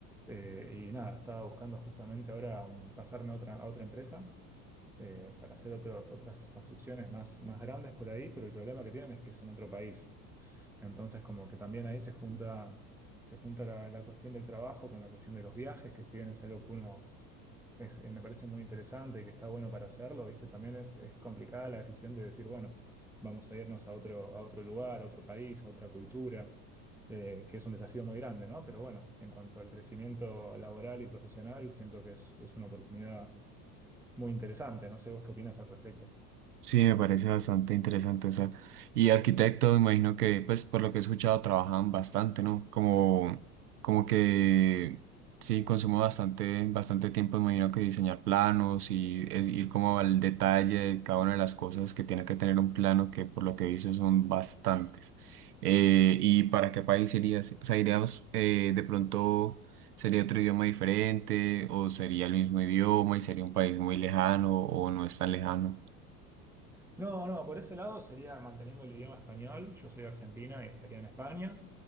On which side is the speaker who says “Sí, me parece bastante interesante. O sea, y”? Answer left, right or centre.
Right